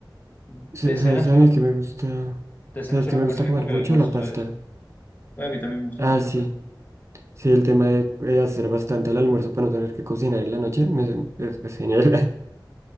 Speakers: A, on the left; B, on the right.
A: De
B: Sa-
A: cena
B: ¿Sabes
A: suelo,
B: a mí que me gusta?
A: de
B: ¿Sabes
A: cena suelo
B: que me
A: comer
B: gusta
A: lo mismo
B: comer
A: que
B: mucho?
A: el almuerzo,
B: La pasta.
A: ¿sabes? Bueno, a mí también me gusta
B: Ah,
A: mucho
B: sí.
A: el almuerzo.
B: Sí, el tema de eh, hacer bastante el almuerzo para no tener que cocinar en la noche, me, es, es genial.